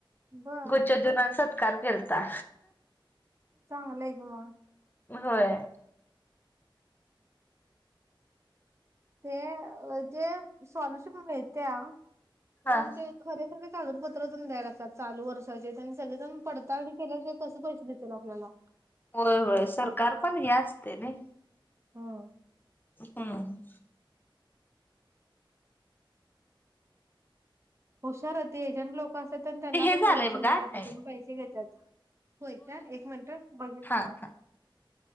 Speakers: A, on the right (about 30°); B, on the left (about 20°).
A: बर
B: गुच्छ देऊन अन सत्कार केलता.
A: चांगल आहे घर.
B: होय.
A: ते जे सॉल्युशन मिळते
B: हा
A: पण ते खरे, खरे कागदपत्र पण द्यायला लागतात चालू वर्षाचे त्यांनी सगळेजण पळताडनी केल्याशिवाय कसे पैसे देतीलतील आपल्याला.
B: होय, होय सरकार पण हे असते नाही?
A: हो.
B: हम्म.
A: हुशार होती एजंट लोक असतात त्यांना
B: ते हे
A: पण
B: झालंय
A: कमिशन
B: बघा
A: द्यायला
B: टायमिंग
A: त्यानी पैसे घेतात होय का एक मिनट बघितलं
B: हां
A: नाही मी
B: हां